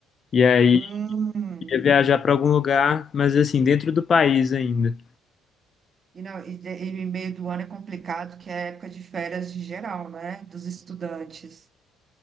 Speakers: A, on the left; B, on the right.
A: e aí
B: Hum.
A: ia viajar pra algum lugar, mas assim, dentro do país ainda.
B: E, não, e, de- e meio do ano é complicado, que é época de férias de geral, né? Dos estudantes.